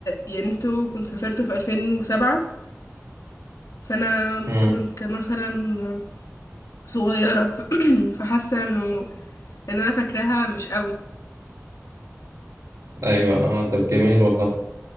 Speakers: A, on the left; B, on the right.
A: يعني انتوا كنتوا سافرتوا في 2007 فانا
B: مم،
A: كنت مثلا صغيرة ف- <clears throat> فحاسة انه ان انا فاكراها مش قوي
B: ايوه
A: فاك-
B: اه طب جميل والله